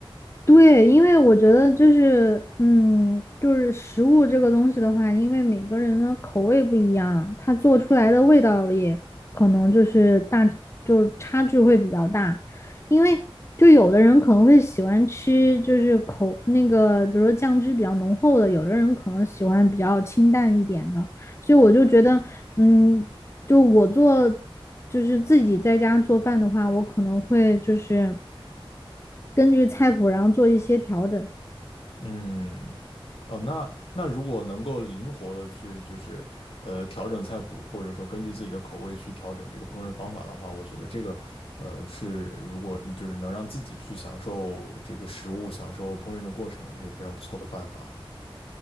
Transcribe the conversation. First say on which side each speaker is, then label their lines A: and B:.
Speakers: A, on the left; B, on the left.
A: 对，因为我觉得就是，嗯，就是食物这个东西的话，因为每个人的口味不一样，它做出来的味道也可能就是大，就是差距会比较大。因为就有的人可能会喜欢吃，就是口那个，比如说酱汁比较浓厚的，有的人可能喜欢比较清淡一点的。所以我就觉得，嗯，就我做，就是自己在家做饭的话，我可能会就是。根据菜谱然后做一些调整。
B: 嗯哦，那那如果能够灵活的去就是呃调整菜谱，或者说根据自己的口味去调整这个烹饪方法的话，我觉得这个呃是如果嗯就是能让自己去享受这个食物、享受烹饪的过程，也是一个非常不错的办法。